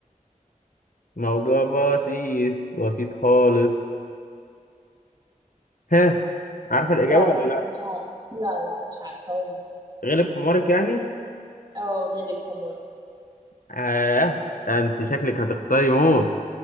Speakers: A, on the left (about 75°); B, on the right (about 30°).
A: موضوع بسيط بسيط خالص ها عارفة الإجابة
B: لا
A: ولا
B: لا مش
A: لأ؟
B: عارف لا لا مش عارفة أقول
A: غلب حمارك يعني؟
B: اه غالب حمار
A: آه أنت شكلك هتخسري موت